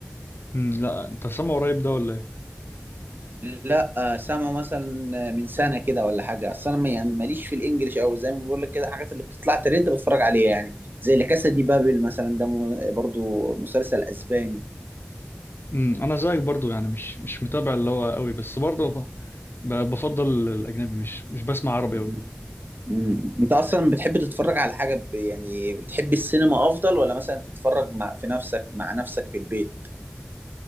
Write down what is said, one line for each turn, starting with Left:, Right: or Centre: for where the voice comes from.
Left: امم لا انت سامعه قريب ده ولا ايه؟
Right: لا آه، سامع مثلا من سنه كده ولا حاجه اصل انا ما- يعني ماليش في الانجليش قوي زي ما بقول لك كده الحاجات اللي بتطلع ترند بتفرج عليها يعني زي لا كاسا دي بابل مثلا ده م- برضو مسلسل اسباني
Left: امم انا زيك برضه يعني مش مش متابع اللي هو قوي بس برضه ب- بفضل الاجنبي مش مش بسمع عربي
Right: مم.
Left: قوي
Right: مم. انت اصلا بتحب تتفرج على حاجه ب- يعني بتحب السينما افضل ولا مثلا تتفرج مع في نفسك مع نفسك في البيت